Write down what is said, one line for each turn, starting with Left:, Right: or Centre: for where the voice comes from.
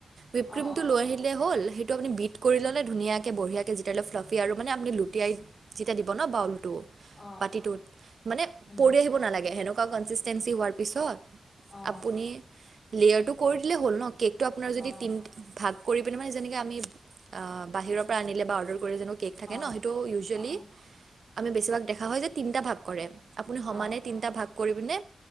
Right: ৱিপ ক্ৰীমটো
Left: অ
Right: লৈ হ'ল সেইটো আপুনি বিট কৰি ললে ধুনীয়াকে বঢ়িয়াকে তেতিয়া হ'লে ফ্লাফি আৰু মানে আপুনি লুটিয়াই যেতিয়া দিব ন বাউলটো
Left: অ অ
Right: বাতিটোত, মানে
Left: উম
Right: পৰি আহিব নালাগে সেনেকুৱা কনচিষ্টেঞ্চি হোৱাৰ পিছত
Left: অ
Right: আপুনি লেয়াৰটো কৰি দিলে হ'ল ন কেকটো আপোনাৰ যদি
Left: অ
Right: তিন ভাগ কৰি পিনে মানে যেনেকে আমি আ বাহিৰৰ পৰা আনিলে বা অৰ্ডাৰ কৰি <inaudible> কেক থাকে
Left: অ
Right: ন, সেইটো ইউজুৱেলি
Left: অ
Right: আমি বেছিভাগ দেখা হয় যে তিনিটা ভাগ কৰে। আপুনি সমানে
Left: অ
Right: তিনিটা ভাগ কৰিপিনে